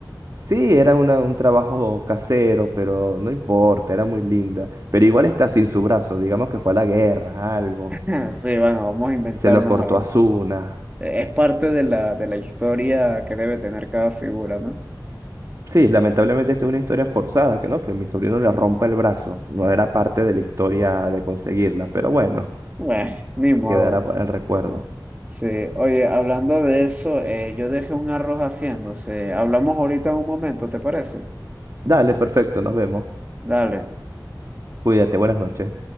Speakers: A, on the right; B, on the right.
A: Sí, era una, un trabajo casero, pero no importa, era muy linda. Pero igual está sin su brazo, digamos que fue a la guerra, algo.
B: <laughs> Sí, bueno, vamos a inventarnos
A: Se lo cortó
B: a ver.
A: a Asuna.
B: Eh, Es parte de la, de la historia que debe tener cada figura, ¿no?
A: Sí, lamentablemente esto es una historia forzada, que no, que mi sobrino le rompa el brazo. No era parte de la historia de conseguirla, pero bueno,
B: Bueno, ni modo.
A: quedará para el recuerdo.
B: Sí, oye, hablando de eso, eh, yo dejé un arroz haciéndose. Hablamos ahorita un momento, ¿te parece?
A: Dale, perfecto, nos vemos.
B: Dale.
A: Cuídate, buenas noches.